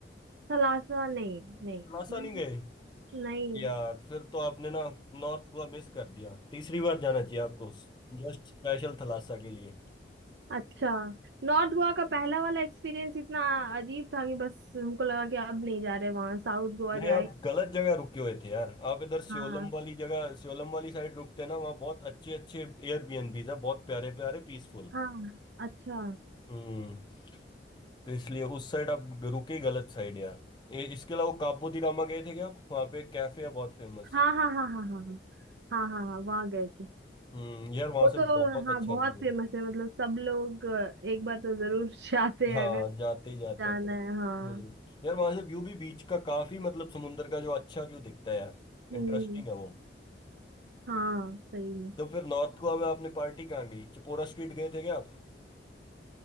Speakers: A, on the right; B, on the left.
A: सलासा नहीं नहीं
B: थलासा
A: हम्म,
B: नहीं गए
A: नहीं
B: यार फिर तो आपने ना नॉर्थ गोवा मिस कर दिया तीसरी बार जाना चाहिए आपको जस्ट स्पेशल थलासा के लिए
A: अच्छा नॉर्थ गोवा का पहला वाला एक्सपीरियंस इतना अजीब था कि बस हमको लगा कि अब नहीं जा रहे वहां साउथ गोवा
B: नहीं
A: जाए
B: आप गलत जगह रुके हुए थे यार आप इधर श्योलम
A: हाँ
B: वाली जगह श्योलम वाली साइड रुकते ना वहाँ बहुत अच्छे अच्छे एयरबीएनबीज है बहुत प्यारे प्यारे पीसफुल
A: हाँ अच्छा
B: हम्म तो इसलिए उस साइड आप रुके गलत साइड यार ए, इसके अलावा काबू दी रामा गए थे क्या आप वहाँ पे एक कैफे है बहुत फेमस
A: हाँ हाँ हाँ हाँ हाँ हाँ हाँ हाँ हाँ वहाँ गए थे
B: हम्म यार वहां
A: वो
B: से
A: तो
B: बहुत
A: हाँ
B: अच्छा
A: बहुत
B: व्यू
A: फेमस
B: है
A: है मतलब सब लोग अ, एक बार तो जरूर <laughs> जाते
B: हाँ
A: हैं अगर
B: जाते ही जाते
A: जाना
B: हैं
A: है हाँ
B: हम्म यार वहां से व्यू भी बीच का काफी मतलब समुंदर का जो अच्छा व्यू दिखता है यार
A: हम्म
B: इंटरेस्टिंग है वो
A: हाँ सही में
B: तो फिर नॉर्थ गोवा में आपने पार्टी कहाँ गई चिपोरा स्ट्रीट गए थे क्या आप